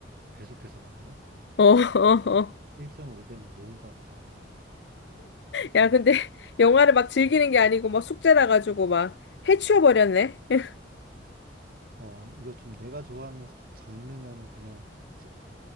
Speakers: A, on the right (about 55°); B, on the left (about 65°).
A: 배속해서 봤거든?
B: 어, <laughs> 어, 어.
A: 1.5배는 너무 빠르더라고.
B: 야, 근데 영화를 막 즐기는 게 아니고, 막 숙제라 가지고 막 해치워버렸네? <laughs>
A: 어, 이거 좀 내가 좋아하는 장르면은 그냥 제-